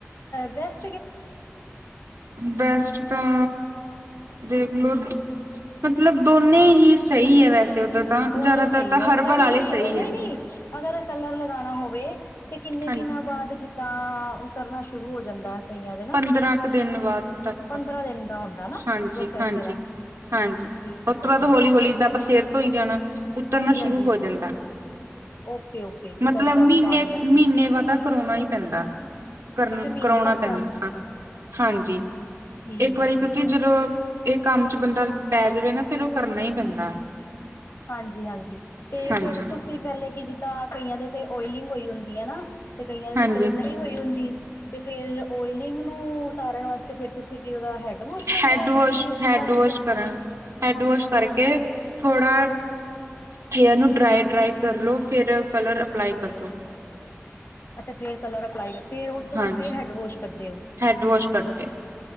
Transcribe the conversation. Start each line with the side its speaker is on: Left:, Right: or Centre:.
Left: ਬੈਸ
Right: ਬੈਸਟ ਤਾਂ ਦੇਖਲੋ ਮਤਲਬ ਦੋਨੇ ਹੀ ਸਹੀ ਹੈ ਵੈਸੇ, ਉਦਾਂ ਤਾਂ
Left: ਦੋਨੇ
Right: ਜ਼ਿਆਦਾਤਰ
Left: ਸਹੀ
Right: ਤਾਂ
Left: ਹੈ,
Right: ਹਰਬਲ
Left: ਯਾਨੀ
Right: ਵਾਲੇ
Left: ਕਿ
Right: ਸਹੀ
Left: ਇਹਨਾ
Right: ਹੈ
Left: ਹੀ ਨੀ ਅਗਰ ਕਲਰ ਲਗਾਣਾ ਹੋਵੇ। ਤੇ ਕਿੰਨੇ
Right: ਹਾਂਜੀ
Left: ਦਿਨਾਂ ਬਾਅਦ ਜਿੱਦਾਂ ਉਤਰਨਾ ਸ਼ੁਰੂ ਹੋ ਜਾਂਦਾ। ਕਈਆਂ ਦੇ ਨਾ
Right: ਪੰਦਰਾਂ ਕੁ ਦਿਨ ਬਾਅਦ ਤੱਕ
Left: ਪੰਦਰਾਂ ਦਿਨ ਦਾ ਹੁੰਦਾ ਨਾ
Right: ਹਾਂਜੀ-ਹਾਂਜੀ-ਹਾਂਜੀ,
Left: ਪ੍ਰੋਸੈਸ ਇਹਦਾ ਠੀਕ
Right: ਉਸ ਤੋਂ
Left: ਹੈ
Right: ਬਾਅਦ
Left: ਠੀਕ
Right: ਹੌਲੀ-ਹੌਲੀ
Left: ਹੈ
Right: ਦਾ ਆਪਾਂ ਸਿਰ ਤੋਂ ਹੀ ਜਾਣਾ। ਉਤਰਨਾ
Left: ਹਾਂਜੀ ਹਾਂਜੀ
Right: ਸ਼ੁਰੂ ਹੋ ਜਾਂਦਾ ਹੈ।
Left: ਓਕੇ ਓਕੇ ਜਿੱਦਾਂ
Right: ਮਤਲਬ
Left: ਜਿੱਦਾਂ
Right: ਮਹੀਨੇ
Left: ਉਹਨੂੰ ਪਾਣੀ ਲੱਗੀ
Right: -ਮਹੀਨੇ ਵਦਾ ਕਰੋਨਾ ਹੀ ਪੈਂਦਾ। ਕਰ
Left: ਅੱਛਾ ਮਹੀਨੇ
Right: ਕਰਾਉਣਾ
Left: ਬਾਅਦ
Right: ਪੈਂਦਾ ਹਾਂ ਹਾਂਜੀ
Left: ਠੀਕ
Right: ਇੱਕ ਵਾਰੀ
Left: ਹੈ ਠੀਕ
Right: ਕਿ
Left: ਹੈ
Right: ਜਦੋਂ ਇਹ ਕੰਮ ਚ ਬੰਦਾ ਪੈ ਜਾਵੇ ਨਾ ਫੇਰ ਉਹ ਕਰਨਾ ਹੀ ਪੈਂਦਾ।
Left: ਹਾਂਜੀ- ਹਾਂਜੀ ਤੇ
Right: ਹਾਂਜੀ
Left: ਫਰ ਤੁਸੀਂ ਪਹਿਲੇ ਕਿ ਜਿੱਦਾਂ ਕਈਆਂ ਦੇ ਤੇ ਓਇਲਿੰਗ ਹੋਈ ਹੁੰਦੀ ਹੈ ਨਾ। ਤੇ ਕਈਆਂ ਦੇ
Right: ਹਾਂਜੀ
Left: ਤੇ ਚਲੋ ਨਹੀਂ ਹੋਈ ਹੁੰਦੀ ਤੇ ਫੇਰ ਓਇਲਿੰਗ ਨੂੰ ਉਤਾਰਨ ਵਾਸਤੇ ਫੇਰ ਤੁਸੀਂ ਕੀ ਹੈਡ ਵੋਸ਼
Right: ਹੈਡ
Left: ਵਗੈਰਾ ਕਰਦੇ
Right: ਵਾਸ਼
Left: ਹੋ ਕਿੱਦਾਂ
Right: ਹੈਡ
Left: ਕੀ
Right: ਵਾਸ਼
Left: ਕਰਦੇ।
Right: ਕਰਾਂ ਹੈਡ ਵਾਸ਼ ਕਰਕੇ ਥੋੜ੍ਹਾ ਹੇਅਰ ਨੂੰ ਡਰਾਈ- ਡਰਾਈ ਕਰ ਲੋ ਫਿਰ ਕਲਰ ਅਪਲਾਈ ਕਰਦੋ।
Left: ਅੱਛਾ ਫੇਰ ਕਲਰ ਅਪਲਾਈ ਕਰ ਫੇਰ ਉਸ ਤੋਂ
Right: ਹਾਂਜੀ
Left: ਬਾਅਦ ਫਰ ਹੈਡ ਵੋਸ਼ ਕਰਦੇ ਓ।
Right: ਹੈਡ ਵਾਸ਼ ਕਰਦੇ